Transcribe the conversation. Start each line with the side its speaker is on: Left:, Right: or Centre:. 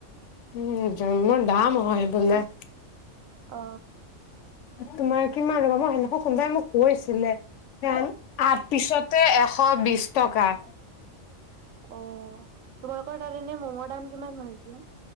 Left: উম জ মোৰ দাম হয় বোলে
Right: অ
Left: তোমাৰ কিমান হ'ব মই তেনেোকক কোনবাই মোক কৈছিলেন আঠ পিছতে এশ বিশ টকা
Right: অ তোমাৰ এ ম'মৰ দাম কিমান হৈ হৈছে